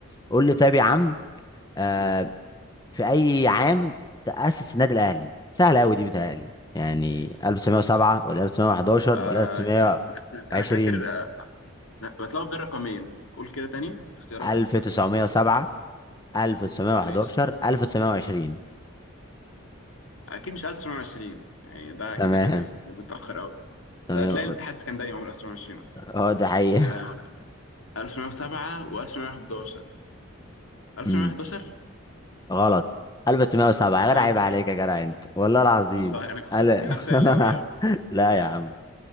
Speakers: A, on the left; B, on the left.
A: قول لي طيب يا عم آه
B: قول
A: في اي عام تاسس النادي الاهلي سهله قوي دي بتهيألي يعني 1907 ولا 1911
B: آه
A: ولا 1920
B: استنى انا فاكر آه، أنا بتلخبط بين رقمين قول كده تاني اختياراتك
A: 1907 1911
B: ماشي
A: 1920
B: اكيد مش 1920 يعني ده
A: تمام
B: كده كده يعني ده متاخر قوي
A: تمام
B: ده هتلاقي الاتحاد السكندري معمول 1920 اصلا
A: هو ده حقيقة
B: آه 1907 و1911 1911
A: أمم، <laughs> غلط 1907 يا
B: تهزر
A: جدع عيب عليك يا جدع انت والله العظيم
B: والله انا كنت فاكر
A: ألا
B: نفسي
A: <laughs>
B: علاوي يعني
A: لا يا عم